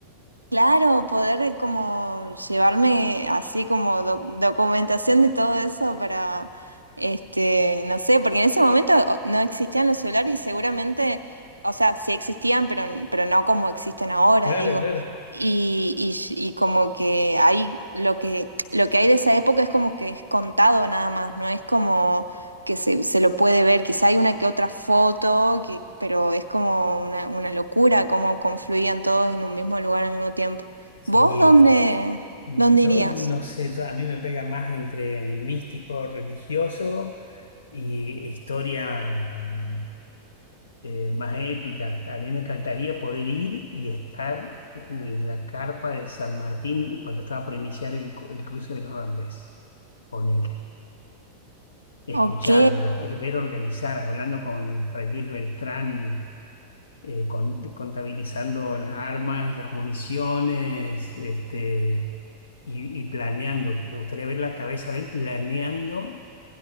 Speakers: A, on the right; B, on the left.
A: Claro, poder como llevarme así como doc- documentación de todo eso para, este, no sé, porque en ese momento o- no existían los celulares y seguramente, o sea, sí existían, pero, n- pero no como existen ahora,
B: Claro,
A: digo.
B: claro.
A: Y, y, sh- y como que hay lo que, lo que hay de esa época es como que es contado nada más, no es como que se, se lo puede ver, quizá hay una que otra foto, que, pero es como una, una locura cómo confluían todos en un mismo lugar al mismo tiempo.
B: Sí,
A: ¿Vos dónde,
B: Mm,
A: dónde
B: Yo
A: irías?
B: no sé, yo- a mí me pega más entre místico, religioso y historia eh, más épica. A mí me encantaría poder ir y estar en la carpa de San Martín cuando estaba por iniciar el, cu- el cruce de los Andes. Ponele. Escucharlo,
A: Ok.
B: eh, ver organizar, hablando con Fray Luis Beltrán eh, con- contabilizando las armas, las municiones, este, y, y planeando. Me gustaría ver la cabeza de él planeando